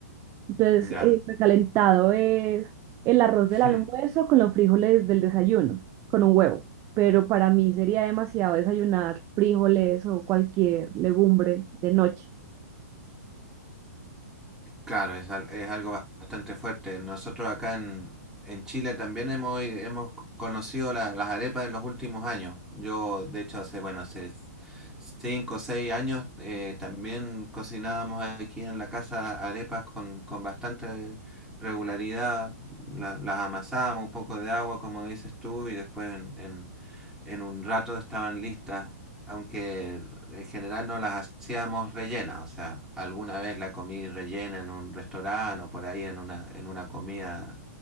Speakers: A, on the right; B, in the centre.
A: Entonces,
B: Ya.
A: el recalentado es el arroz del
B: <laughs>
A: almuerzo
B: Hmm.
A: con los frijoles del desayuno, con un huevo. Pero para mí sería demasiado desayunar frijoles o cualquier legumbre de noche.
B: Claro, es, al- es algo bastante fuerte. Nosotros acá en, en Chile también hemos, hemos conocido la- las arepas en los últimos años. Yo, de hecho, hace, bueno, hace cinco o seis años eh, también cocinábamos aquí en la casa arepas con, con bastante regularidad. La- las amasábamos un poco de agua, como dices tú, y después en, en, en un rato estaban listas aunque en general no las hacíamos rellenas, o sea, alguna vez la comí rellena en un restaurante o por ahí en una, en una comida